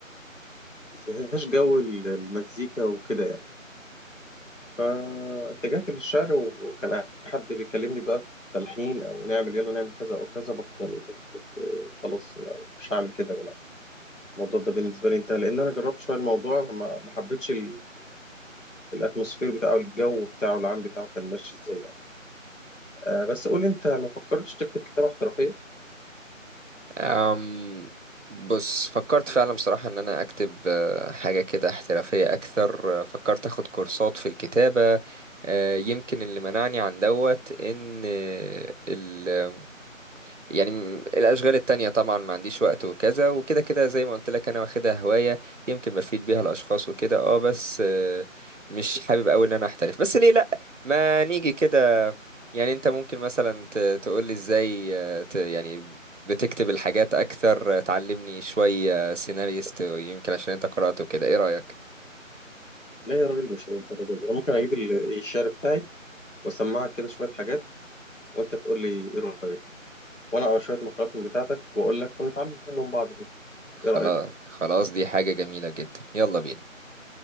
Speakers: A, on the left; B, on the right.
A: ما فيهاش جو المزيكا وكده يعني فاتجهت للشعر وكان حد بيكلمني بقى في تلحين او نعمل يلا نعمل كذا او كذا بط يعني كنت خلاص مش هعمل كده يا جماعه الموضوع ده بالنسبه لي انتهى لان انا جربت شويه الموضوع ما ما حبيتش ال- الاتموسفير بتاعه الجو بتاعه العام بتاعه كان ماشي ازاي يعني آه بس قول لي انت ما فكرتش تكتب كتابه احترافيه
B: أم... بص فكرت فعلا بصراحة ان انا اكتب آه، حاجة كده احترافية اكثر آه، فكرت اخد كورسات في الكتابة آه، يمكن اللي منعني عن دوت ان آه، ال... يعني م- الأشغال التانية طبعا ما عنديش وقت وكذا وكده كده زي ما قلت لك أنا واخدها هواية يمكن بفيد بيها الأشخاص وكده اه بس آه، مش حابب أوي إن أنا أحترف بس ليه لأ ما نيجي كده يعني أنت ممكن مثلا تقول لي إزاي آه، ت- يعني بتكتب الحاجات أكثر آه، تعلمني شوية سيناريست يمكن عشان أنت قرأته كده إيه رأيك؟
A: لا يا راجل مش للدرجه دي انا ممكن اجيب ال- الشعر بتاعي واسمعك كده شويه حاجات وانت تقول لي ايه رايك فيها وانا اقرا شويه مقالات من بتاعتك واقول لك ونتعلم من بعض كده
B: خلاص
A: ايه رايك
B: خلاص دي حاجة جميلة جدا يلا بينا